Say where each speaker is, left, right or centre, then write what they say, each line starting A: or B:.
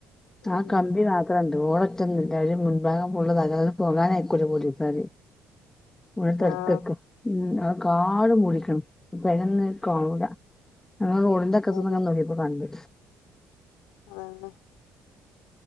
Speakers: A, on the left (about 75°); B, on the left (about 20°).
A: ഉം
B: ആഹ് കമ്പി മാത്രമുണ്ട് ഓട് ഒറ്റന്ന് ഇല്ല അവര് മുൻഭാഗം ഫുള്ളും തലവര പോകാൻ ആയിക്കൂല പോലീസാര്. ഉഴത്തെടുത്തൊക്കെ
A: ആഹ്
B: ഉം ആഹ് കാട് മുടിക്കണം പെരന്ന്. കാണൂല്ല ഞങ്ങള് റോഡിന്റെ അറ്റം
A: അതന്നെ
B: ചെന്ന് നോക്കിയപ്പോ കണ്ട്.
A: അതെല്ലേ